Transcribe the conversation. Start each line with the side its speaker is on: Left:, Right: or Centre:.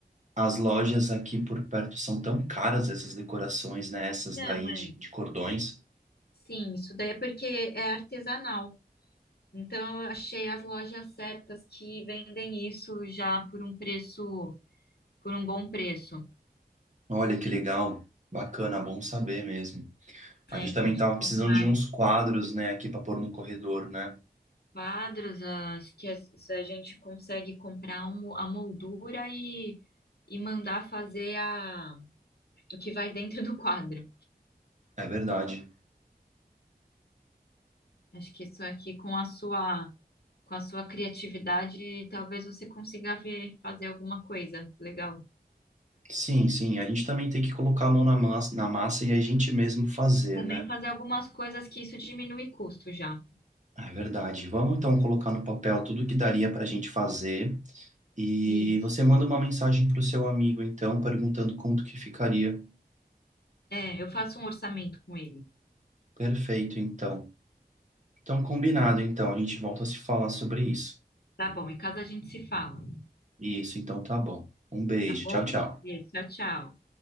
Right: as lojas aqui por perto são tão caras essas decorações, né? Essas
Left: Não,
Right: daí
Left: é.
Right: de, de cordões.
Left: Sim, isso daí é porque é artesanal. Então eu achei as lojas certas que vendem isso já por um preço, por um bom preço,
Right: Olha que legal. Bacana, bom saber mesmo.
Left: né?
Right: A gente
Left: Então
Right: também tava precisando
Left: tem vários
Right: de uns quadros, né, aqui para pôr no corredor, né?
Left: quadros, as que a, se a gente consegue comprar um- a moldura e, e mandar fazer a, o que vai dentro do quadro.
Right: É verdade.
Left: Acho que isso aqui com a sua Com a sua criatividade, talvez você consiga ver, fazer alguma coisa legal.
Right: Sim, sim. A gente também tem que colocar a mão na massa, na massa e a gente mesmo fazer,
Left: Também
Right: né?
Left: fazer algumas coisas que isso diminui custo já.
Right: É verdade. Vamos então colocar no papel tudo que daria para a gente fazer. E
Left: Isso.
Right: você manda uma mensagem para o seu amigo, então, perguntando quanto que ficaria.
Left: É, eu faço um orçamento com ele.
Right: Perfeito, então. Então, combinado, então. A gente volta a se falar sobre isso.
Left: Tá bom, em casa a gente se fala.
Right: Isso, então tá bom. Um beijo.
Left: Tá bom?
Right: Tchau, tchau.
Left: Beijo, tchau, tchau.